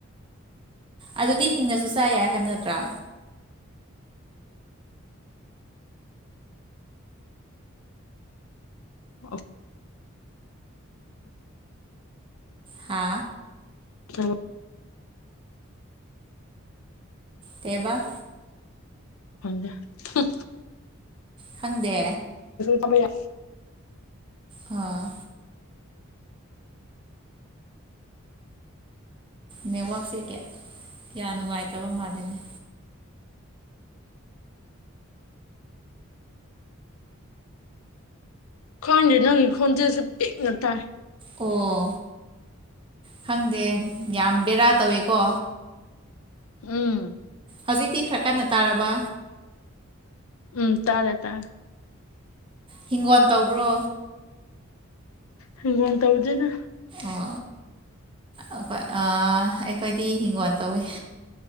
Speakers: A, on the right; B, on the left.
A: ꯑꯗꯨꯗꯤ ꯍꯤꯡꯅꯁꯨ ꯆꯥ ꯌꯥꯏ ꯍꯥꯏꯕ ꯅꯠꯇ꯭ꯔꯥ
B: ꯑ
A: ꯍꯥ
B: ꯆꯂꯣ
A: ꯇꯦꯕꯥ
B: ꯖ ꯎꯝ
A: ꯈꯪꯗꯦ
B: ꯐ
A: ꯑ ꯅꯦꯠꯋꯛꯁꯦ ꯀꯌꯥ ꯅꯨꯡꯉꯥꯏꯇꯕ ꯃꯥꯜꯂꯤꯅꯦ
B: ꯈ꯭ꯪꯗꯦ ꯅꯪꯒꯤ ꯈꯣꯟꯖꯦꯜꯁꯦ ꯄꯤꯛꯅ ꯇꯥꯏ
A: ꯑꯣ ꯈꯪꯗꯦ ꯌꯥꯝ ꯕꯦꯔꯥ ꯇꯧꯋꯤꯀꯣ
B: ꯎꯝ
A: ꯍꯧꯖꯤꯛꯇꯤ ꯈꯔ ꯀꯟꯅ ꯇꯥꯔꯕ
B: ꯎꯝ ꯇꯥꯔꯦ ꯇꯥꯔꯦ
A: ꯍꯤꯡꯒꯣꯟ ꯇꯧꯕ꯭ꯔꯣ
B: ꯍꯤꯡꯒꯣꯟ ꯇꯧꯗꯦꯗ
A: ꯑꯣ ꯑꯩꯈꯣꯢ ꯑꯥ ꯑꯩꯈꯣꯏꯗꯤ ꯍꯤꯡꯒꯣꯟ ꯇꯧꯋꯦ